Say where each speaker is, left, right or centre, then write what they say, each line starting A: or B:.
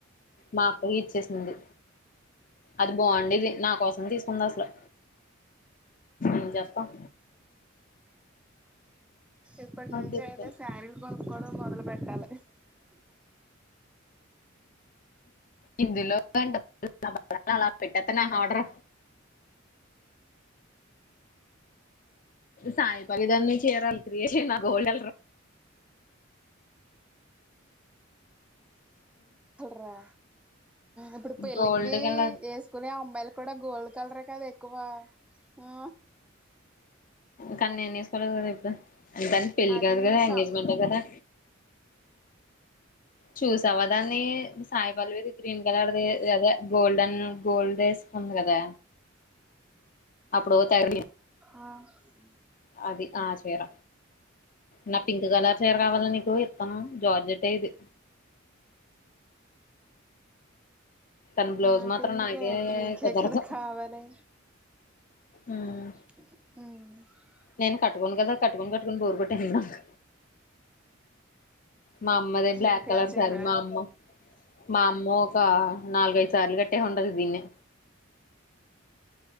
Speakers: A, on the left; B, in the centre.
A: మా అక్కయి ఇచ్చేసింది అది బాగుండేది నా కోసమే తీసుకుంది అసలు ఎం జెస్తాం
B: ఇప్పటి నుంచి
A: తీసుకెళ్తా
B: అయితే శారీలు కొనుక్కోవడం మొదలు పెట్టాలి
A: ఇందులో <unintelligible> తె అలా పెట్టేత్తను ఆర్డర్ సాయిపళ్లవి దాన్ని <unintelligible> గోల్
B: రా ఇప్పుడు పెళ్ళికి
A: గోల్డ్ కలర్
B: వేసుకునే అమ్మాయిలు క్క గోల్డ్ కలర్ కదా ఎక్కువ ఆ
A: కానీ నేను వేసుకోలేదు కదా ఇప్పుడు దానికి పెళ్లి
B: అది
A: కాదు కదా
B: షా
A: ఎంగేజ్మెంటే కదా చూసావా దాన్ని సాయిపల్లివి ఇది గ్రీన్ కలర్దిదే గోల్డెన్ గోల్డ్ వేసుకుంది కదా అప్పుడు తెగ
B: ఆ హ్మ్
A: అది ఆ చీర నా పింక్ కలర్ చీర కావాల నీకు ఇస్తాను జార్జెట్ ఇది తన బ్లౌజ్
B: నాకెందుకే
A: మాత్రం నాకే
B: ఇప్పుడు నీకే
A: కుదరదు
B: కదా కావాలి
A: ఉమ్
B: మ్
A: నేను కట్టుకోను కదా కట్టుకొని కట్టుకొని బోరుకొట్టేసింది నాకు మా అమ్మది బ్లాక్
B: ఏంటి
A: కలర్
B: ఆ చీర
A: సారి మా అమ్మ మామ్మో కా నాలుల్గైదు సార్లు గట్టే హండదు దీన్ని